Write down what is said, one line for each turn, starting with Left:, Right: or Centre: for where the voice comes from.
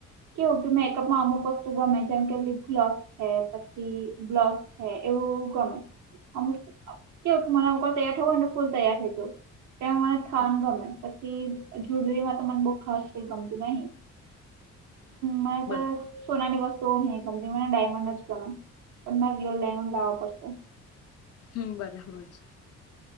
Right: કેવું કે મેકઅપમાં અમુક વસ્તુ ગમે, જેમ કે લીપ ગ્લોસ છે પછી બ્લોસ છે એવું ગમે. અમુક કેવું ક મને કોક વાર તૈયાર થવું ને ફૂલ તૈયાર થઈ જવું એ મને થાવાનું
Left: હા
Right: ગમે. પછી જુલરીમાં તો મને બહુ ખાસ કઈ ગમતું નહીં. મને
Left: બરાબર
Right: તો સોનાની વસ્તુઓ નહી ગમતી મને ડાયમંડ જ ગમે. પણ મારે રિયલ ડાયમંડ લાવવા પડશે.
Left: હમ્મ બરાબર છે.